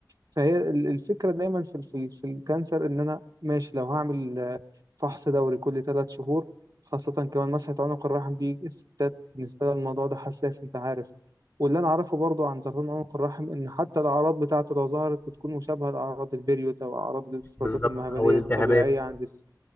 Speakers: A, on the right; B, on the left.
A: فهي ال- الفكرة دايما في في في الكانسر ان انا ماشي لو هعمل آه، فحص دوري كل ثلاث شهور خاصة كمان مسحة عنق الرحم دي الستات بالنسبة لها الموضوع ده حساس انت عارف واللي انا اعرفه برضو عن سرطان عنق الرحم ان حتى الاعراض بتاعته لو ظهرت بتكون مشابهة لاعراض البريود او اعراض الافرازات
B: بالظبط
A: المهبلية
B: او الالتهابات
A: الطبيعية عند الس...